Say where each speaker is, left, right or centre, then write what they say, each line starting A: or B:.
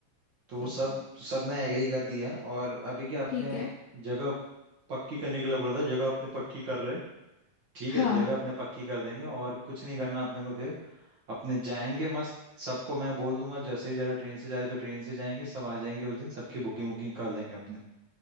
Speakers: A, on the right; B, on the left.
A: तो
B: ठीक
A: वो सब
B: है
A: सबने एग्री कर दिया है और अभी क्या अपने
B: ठीक है
A: जगह पक्की करने के लिए बोला था जगह अपने पक्की कर रहे हैं ठीक है
B: हाँ
A: जगह अपने पक्की कर देंगे और कुछ नहीं करना अपने को फिर अपने जाएंगे मस्त सबको मैं बोल दूंगा जैसे भी जा रहे हो, ट्रेन से जा रहे हो तो ट्रेन से जाएंगे सब आ जाएंगे उस दिन सबकी बुकिंग वुकिंग कर देंगे अपने